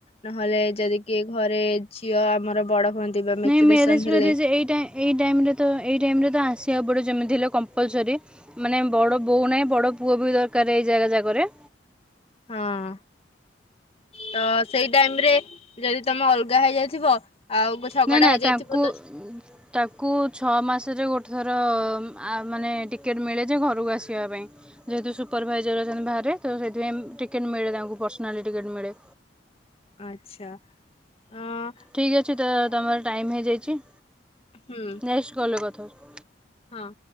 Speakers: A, on the left (about 35°); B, in the centre.
A: ନହେଲେ ଯଦି କିି ଘରେ ଝିଅ ଆମର ବଡ ହୁଅନ୍ତି। ବା ମେଚୁରେସନ
B: ନାଇଁ ମ୍ୟାରେଜ
A: ହେଲେ
B: ଫେରେଜେ ଏଇଟା ଏଇ ଟାଇମେ ତ ଏଇ ଟାଇମେ ତ ଆସିବାକୁ ପଡ଼ିବ ଯେମିତି ହେଲେ କମ୍ପଲସରି। ମାନେ ବଡ ବୋଉ ନାହିଁ ବଡ ପୁଅ ବି ଦରକାର ଏଇ ଜାଗା ଜାଗାରେ।
A: ହଁ। ତ ସେଇ ଟାଇମ ରେ ଯଦି ତମେ ଅଲଗା ହେଇଯାଇଥିବ। ଆଉ ଗୋ ଝଗଡା
B: ନା ନା
A: ହେଇଯାଇଥିବ
B: ତାଙ୍କୁ
A: ତ
B: ତାକୁ ଛଅ ମାସରେ ଗୋଟେ ଥର ମାନେ ଆ ଟିକେଟ୍ ମିଳେ ଯେ ଘରକୁ ଆସିବା ପାଇଁ। ଯେହେତୁ ସୁପରଭାଇଜର ଅଛନ୍ତି ବାହାରେ ସେଥିପାଇଁ ଟିକେଟ ମିଳେ ତାଙ୍କୁ ପର୍ସନାଲି ଟିକେଟ ମିଳେ।
A: ଆଚ୍ଛା ଆ
B: ଠିକ୍ ଅଛି ତ ତମର ଟାଇମ୍ ହେଇଯାଇଛିଁ।
A: ହୁଁ।
B: ନେକ୍ସ କଲ କଥର <inaudible>
A: ହଁ।